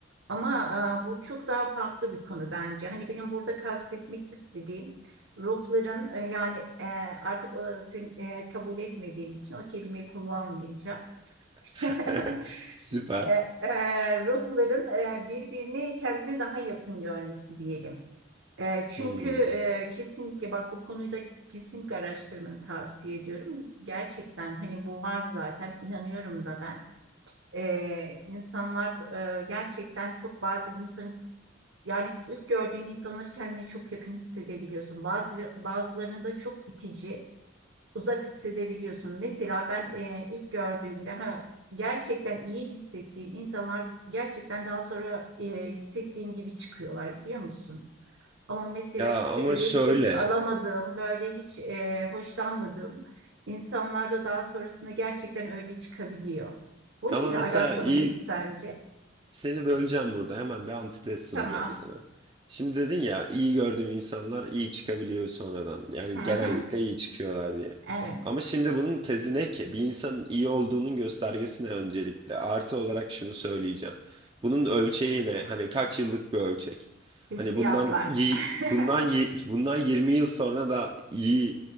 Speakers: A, on the right; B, on the right.
A: Ama e, bu çok daha farklı bir konu bence. Hani benim burada kastetmek istediğim ruhların e, yani e, artık o, sen e, kabul etmediğin için o kelimeyi kullanmayacağım.
B: <laughs>
A: <laughs>
B: Süper.
A: E, e, ruhların e, birbirini kendine daha yakın görmesi diyelim. E, çünkü
B: Hmm.
A: e, kesinlikle bak bu konuyu da kesinlikle araştırmanı tavsiye ediyorum. Gerçekten hani bu var zaten inanıyorum da ben. E, insanlar e, gerçekten çok bazen insanı yani ilk gördüğün insanları kendine çok yakın hissedebiliyorsun. Bazı, bazılarında çok itici, uzak hissedebiliyorsun. Mesela ben e, ilk gördüğümde ha, gerçekten iyi hissettiğim insanlar gerçekten daha sonra e, hissettiğim gibi çıkıyorlar biliyor musun? Ama mesela
B: Ya
A: hiç
B: ama
A: elektrik
B: şöyle.
A: alamadığım, böyle hiç e, hoşlanmadığım insanlarda daha sonrasında gerçekten öyle çıkabiliyor. Bu
B: Ama
A: neyle
B: mesela
A: alakalı
B: iyi
A: peki sence?
B: Seni böleceğim burada. Hemen bir antitez sunacağım
A: Tamam.
B: sana. Şimdi dedin ya iyi gördüğüm insanlar iyi çıkabiliyor sonradan. Yani
A: Hı hı.
B: genellikle iyi çıkıyorlar diye.
A: Evet.
B: Ama şimdi bunun tezi ne ki? Bir insanın iyi olduğunun göstergesi ne öncelikle? Artı olarak şunu söyleyeceğim. Bunun ölçeği ne? Hani kaç yıllık bir ölçek?
A: Hissiyatlar.
B: Hani bundan yi-
A: <laughs>
B: bundan yi- bundan 20 yıl sonra da iyi